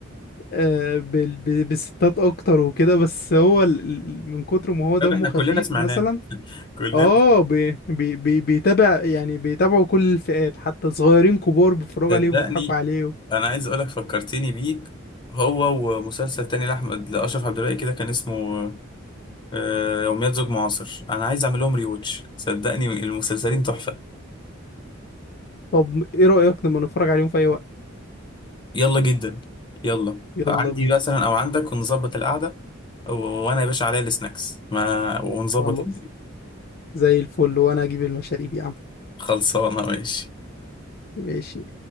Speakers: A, on the left; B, on the left.
A: آه، بال ب- بالستات اكتر وكده بس هو ال- ال- من كتر ما هو
B: طب
A: دمه
B: احنا
A: خفيف
B: كلنا سمعناه
A: مثلا
B: <laughs> كلنا
A: اه بي بي بي- بيتابع يعني بيتابعوا كل الفئات حتى صغيرين كبار بيتفرجوا
B: صدقني
A: عليه وبيضحكوا عليه
B: انا عايز اقولك فكرتني بيه هو ومسلسل تاني لاحمد لاشرف عبد الباقي كده كان اسمه آه، يوميات زوج معاصر انا عايز اعمل لهم ريوتش صدقني المسلسلين تحفه
A: طب ايه رأيك لما نتفرج عليهم في اي وقت
B: يلا جدا يلا
A: يلا
B: عندي
A: بينا
B: مثلا او عندك ونظبط القعده و- وانا يا باشا عليا السناكس ما ونظبط
A: خلاص
B: الدنيا
A: زي الفل وانا اجيب المشاريب يا عم
B: خلصانه ماشي
A: ماشي